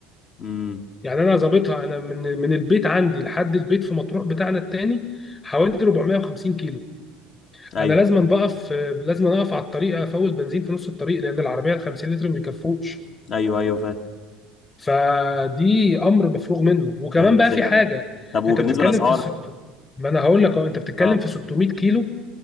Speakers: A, on the left (about 45°); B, on the left (about 25°).
A: امم
B: يعني انا ظابطها انا من من البيت عندي لحد البيت في مطروح بتاعنا التاني حوالي 450 كيلو
A: ايوه
B: انا لازم بقف لازم اقف على الطريق افول بنزين في نص الطريق لان العربيه ال 50 لتر ما بيكفوش
A: ايوه ايوه فاهم
B: فدي امر مفروغ منه وكمان
A: ده ميزة
B: بقى في
A: جامدة
B: حاجه
A: طب وبالنسبة
B: انت بتتكلم
A: للاسعار
B: في الست ما انا هقول لك اهو انت بتتكلم
A: اه
B: في 600 كيلو